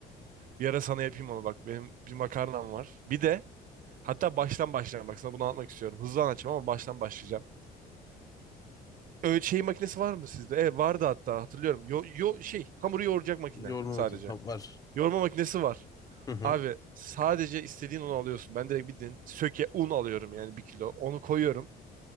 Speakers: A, on the right (about 55°); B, on the left (about 20°).
A: bir ara sana yapayım onu bak. Benim bir makarnam var. Bir de hatta baştan başlayalım. Bak sana bunu anlatmak istiyorum. Hızlı anlatacağım ama baştan başlayacağım. Öyle şey makinesi var mı sizde? Evet vardı hatta hatırlıyorum. Yo, yo şey hamuru yoğuracak makine
B: Yoğurma
A: sadece.
B: makinesi Tamam, var.
A: Yoğurma makinesi var.
B: Hı hı.
A: Abi sadece istediğin unu alıyorsun. Ben direkt bildiğin söke un alıyorum yani bir kilo. Onu koyuyorum.